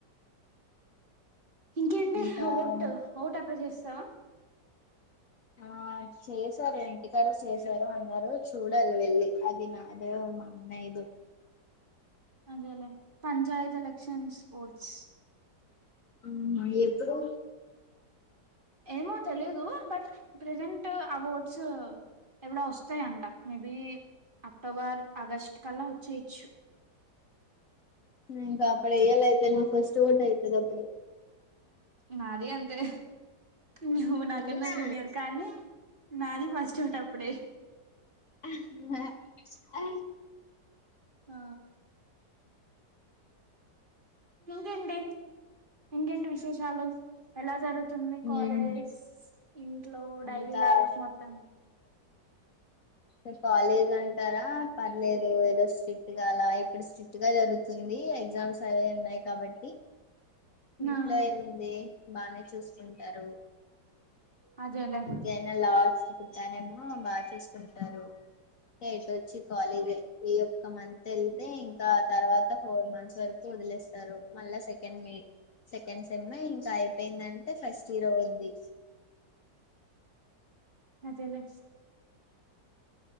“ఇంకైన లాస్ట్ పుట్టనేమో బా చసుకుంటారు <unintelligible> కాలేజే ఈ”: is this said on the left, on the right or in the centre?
Left